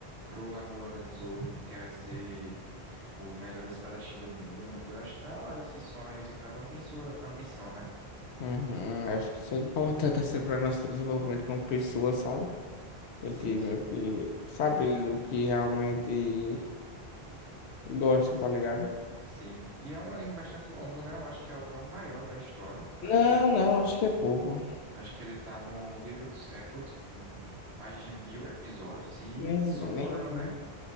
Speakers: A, on the right; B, on the left.
A: Roronoazoron quer ser o melhor espadachim do mundo. Eu acho da hora esses sonhos e cada um tem sua ambição, né?
B: Uhum, acho que isso é importante assim para nosso desenvolvimento como pessoa, sabe? A
A: Sim,
B: gente
A: sim.
B: meio que sabe o que realmente gosta, tá ligado?
A: Sim, e é um anime bastante longo, né? Eu acho que é até o maior da história.
B: Não,
A: Acho que
B: não, acho que é pouco.
A: Acho que ele tá no livro dos recordes com mais de mil episódios e
B: Nem,
A: somando,
B: nem,
A: né?